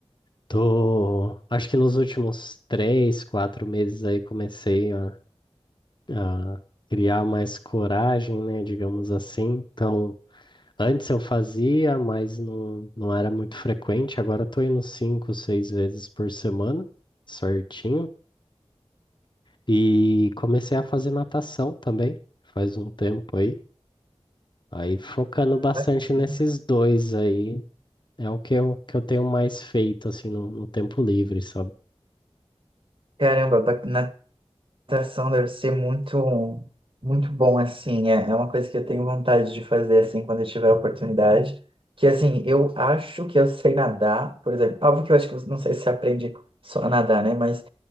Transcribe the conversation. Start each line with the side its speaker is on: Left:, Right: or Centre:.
Left: Tô, acho que nos últimos três, quatro meses aí comecei a, a criar mais coragem, né, digamos assim. Então, Antes eu fazia, mas não, não era muito frequente. Agora eu tô indo cinco, seis vezes por semana, certinho. E comecei a fazer natação também, faz um tempo aí. Aí focando
Right: Ah,
Left: bastante
Right: bacana.
Left: nesses dois aí, é o que eu, que eu tenho mais feito, assim, no, no tempo livre, sabe?
Right: Caramba, ba- natação deve ser muito, muito bom, assim. É é uma coisa que eu tenho vontade de fazer, assim, quando eu tiver a oportunidade. Que, assim, eu acho que eu sei nadar, por exemplo. Óbvio que eu acho que, não sei se você aprende só a nadar, né? Mas